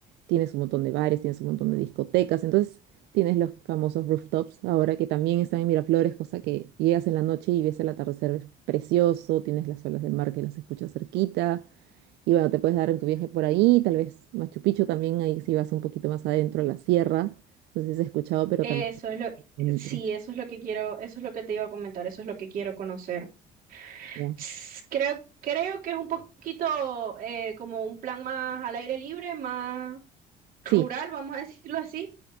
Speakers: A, on the right (about 85°); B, on the right (about 55°).
A: tienes un montón de bares, tienes un montón de discotecas, entonces tienes los famosos rooftops ahora que también están en Miraflores, cosa que llegas en la noche y ves el atardecer, es precioso, tienes las olas del mar que las escuchas cerquita. Y bueno, te puedes dar en tu viaje por ahí, tal vez Machu Picchu también, ahí si vas un poquito más adentro a la sierra. No sé si has escuchado, pero
B: Eso
A: también
B: es lo,
A: es bonito.
B: sí, eso es lo que quiero, eso es lo que te iba a comentar, eso es lo que quiero conocer.
A: ¿ya?
B: S- Creo, creo que es un poquito eh, como un plan más al aire libre, más rural,
A: Sí,
B: vamos a <laughs> decirlo así,